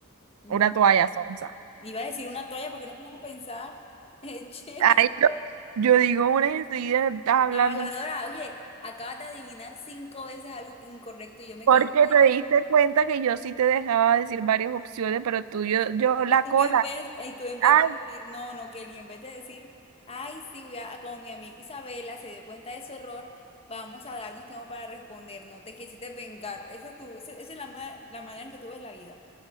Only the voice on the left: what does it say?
Mm,
Iba a decir una toalla porque no me iba a pensar. <laughs> Eche.
La lavadora, oye, acabas de adivinar cinco veces algo que- incorrecto y yo me
quedé
callada.
Y
tú
en vez, y tú en vez
de decir, no, no, Kelly, en vez de decir, ay, sí, voy a, como mi amiga Isabela se dio cuenta de su error, vamos a darnos tiempo para responder, no te quisiste vengar. Ese es tu, ese- esa es la, ma- la manera en que tú ves la vida.